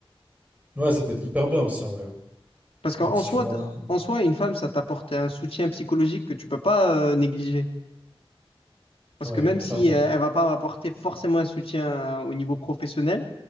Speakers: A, on the right; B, on the left.
A: Ouais, ça peut être hyper bien aussi en vrai. hein.
B: Parce qu'en
A: Motivant.
B: soi,
A: et tout.
B: en soi, une femme, ça t'apporte un soutien psychologique que tu peux pas euh, négliger. Parce
A: Ouais,
B: que même
A: clairement.
B: si euh, elle va pas m'apporter forcément un soutien euh, au niveau professionnel,